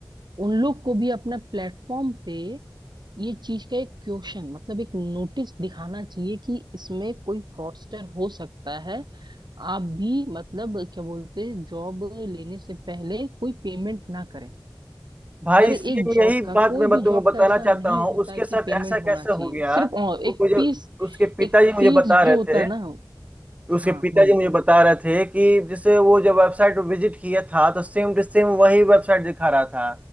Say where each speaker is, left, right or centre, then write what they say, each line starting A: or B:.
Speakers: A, on the right; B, on the right.
A: उन लोग को भी अपने प्लेटफॉर्म पे ये चीज का एक क्वेश्चन मतलब एक नोटिस दिखाना चाहिए कि इसमें कोई फ्रॉडस्टर हो सकता है आप भी मतलब क्या बोलते जॉब लेने से पहले कोई पेमेंट ना करें
B: भाई
A: हर एक
B: सेम
A: जॉब
B: यही
A: का
B: बात
A: कोई
B: मैं
A: भी
B: बत- तुमको
A: जॉब
B: बताना
A: का ऐसा
B: चाहता
A: नहीं
B: हूँ
A: होता
B: उसके
A: है कि
B: साथ
A: पेमेंट
B: ऐसा कैसे
A: होना चाहिए
B: हो गया
A: सिर्फ
B: तो
A: अ, एक
B: मुझे
A: फीस
B: उसके पिताजी
A: एक
B: मुझे
A: फीस
B: बता रहे
A: जो होता
B: थे
A: है ना
B: उसके
A: हाँ
B: पिताजी
A: बोलो
B: मुझे बता रहे थे कि जैसे वो जब वेबसाइट विजिट किया था तो सेम टू सेम वही वेबसाइट दिखा रहा था